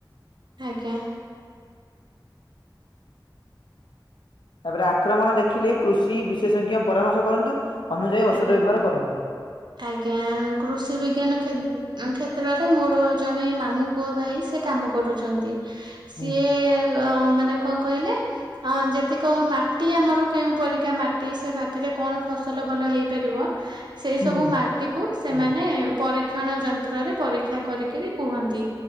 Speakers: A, on the right; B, on the left.
A: ଆଜ୍ଞା।
B: ତାପରେ ଆକ୍ରମଣ ଦେଖିଲେ କୃଷି ବିଶେଷଜ୍ଞ ପରାମର୍ଶ କରନ୍ତୁ। ଅନୁଯାୟୀ ଔଷଧ
A: ଆଜ୍ଞା।
B: ବ୍ୟବହାର କରନ୍ତୁ।
A: ଆଜ୍ଞା କୃଷି ବିଜ୍ଞାନ କ୍ଷେ -କ୍ଷେତ୍ରରେ ମୋର ଜଣେ ମାମୁଁ ପୁଅ, ଭାଇ ସେ କାମ କରୁଛନ୍ତି।
B: ହୁଁ
A: ସିଏ ମାନେ କଣ କହିଲେ? ହଁ ଯେତିକ ମାଟି, ଆମର କେଉଁ ପରିକା ମାଟି, ସେ ମାଟିରେ କଣ ଫସଲ ଭଲ ହେଇପାରିବ, ସେଇ
B: ହୁଁ
A: ସବୁ
B: ହୁଁ
A: ମାଟି କୁ ସେମାନେ
B: ଆଜ୍ଞା
A: ପରୀକ୍ଷଣ ଯନ୍ତ୍ରରେ ପରୀକ୍ଷା କରିକିରି କୁହନ୍ତି।